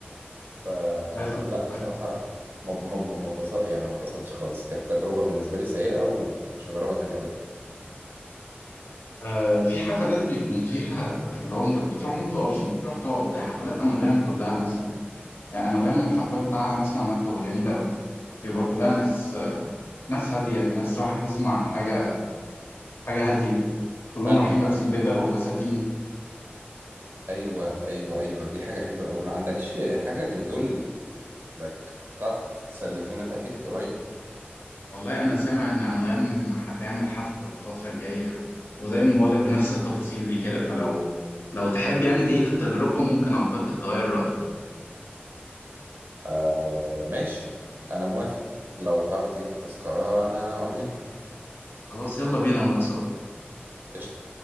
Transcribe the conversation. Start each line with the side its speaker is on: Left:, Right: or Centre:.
Right: فلا
Left: عايز اقول
Right: بصراحة
Left: لك،
Right: ما ما ما ما اتبسط- يعني ما اتبسطتش خالص كانت تجربة بالنسبة لي سيئة ومش هجربها تاني أبدا
Left: آه في حفلات بيكون فيها لو انت بتروح ما بتقفش انت بتروح تقعد زي حفلات انغام كلها مثلا يعني انغام الحفلات بتاعها انا اسمع انها بتبقى جميله قوي بيبقى كلها ناس ناس هاديه ناس رايحه تسمع حاجه حاجه هاديه كلهم
Right: فن
Left: رايحين لابسين بدل وفساتين
Right: ايوه ايوه ايوه دي حاجه حلوه قوي ما عندكش حاجه من دول like تعرف تسلك لنا فيها تيكت قريب
Left: والله انا سامع ان انغام هتعمل حفله الفتره الجايه وزي ما بقولك بنفس التفاصيل دي كده فلو لو تحب يعني تعيد التجربه ممكن اعتقد تغير رايك
Right: آه ماشي انا موافق لو تعرف تجيب التذكره انا ام ان
Left: خلاص يلا بينا ونروح سوا
Right: قشطه.